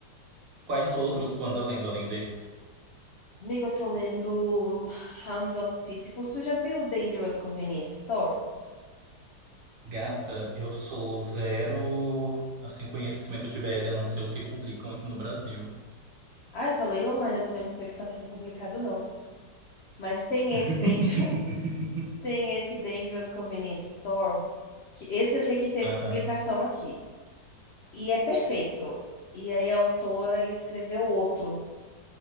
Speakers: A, on the right; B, on the left.
A: Quais outros tu anda lendo além desse?
B: Amiga, eu tô lendo Hounds of Sisyphus. Tu já viu Dangerous Convenience Store?
A: Gata, eu sou zero, assim, conhecimento de BL, a não ser os que publicam aqui no Brasil.
B: Ah, eu só leio online, eu também não sei o que tá sendo publicado, não. Mas tem
A: <laughs>
B: esse Danger... <laughs> tem esse Dangerous Convenience Store, que esse eu sei que teve
A: Aham.
B: publicação aqui. E é perfeito. E aí a autora escreveu outro.